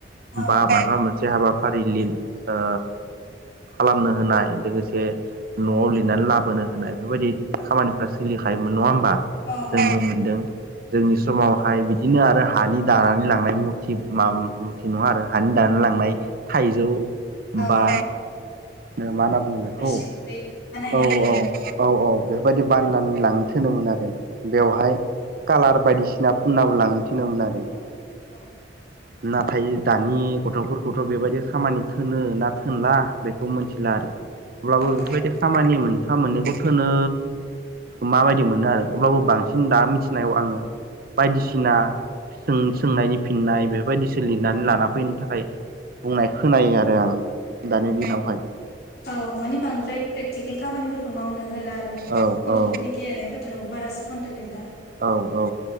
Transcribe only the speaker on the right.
बा माबा मोनसे हाबा फारिलिर ओ खालामनो होनाय लोगोसे न'आव लिरनानै लाबोनो होनाय बेफोरबायदि खामानिफ्रा सोलिखायोमोन नंङा होमबा
जोंबो मोनदों जोंनि समाव हाय बिदिनो आरो हानि दानानै लांनाय मुरथि मा मुरथि नंङा आरो हानि दानानै लांनाय थाइजौ
बा
मा होनना बुंङो बेखौ
औ
औ औ औ बेफोरबायदि बाननानै लांनोथोनोमोन आरो बेवहाय
कालार बायदिसिना फुननाबो लांनो थिनोमोन आरो
नाथाय दानि गथ'फोरखौथ' बेबायदि खामानि थोनो ना थोनला बेखौ मिथिला आरो अब्लाबो
बेफोरबायदि खामानि मोनफा मोननैखौ थोनो माबायदि मोनो आरो अब्लाबो बांसिन दा मिथिनायाव आंङो बायदिसिना सोंनायनि फिननाय बेफोरबायदिसो लिरनानै लाना फैनो थाखाय बुंनाय खोनायो आरो आं दानि दिनावहाय
औ
औ
औ औ